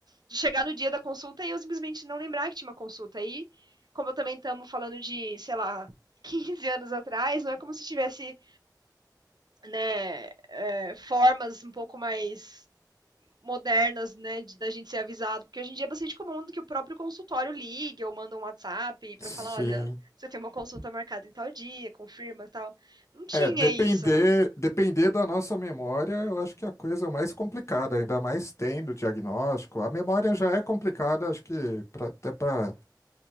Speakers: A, on the right; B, on the left.
A: de chegar no dia da consulta e eu simplesmente não lembrar que tinha uma consulta. E como eu também estamos falando de, sei lá, <laughs> 15 anos atrás, não é como se tivesse, né, é, formas um pouco mais modernas, né, de, da gente ser avisado, porque hoje em dia é bastante comum que o próprio consultório ligue ou manda um WhatsApp para
B: sim.
A: falar, olha, você tem uma consulta marcada em tal dia, confirma, e tal. Não tinha
B: É, depender,
A: isso, né?
B: depender da nossa memória, eu acho que é a coisa mais complicada, ainda mais tendo diagnóstico. A memória já é complicada, acho que pra- até para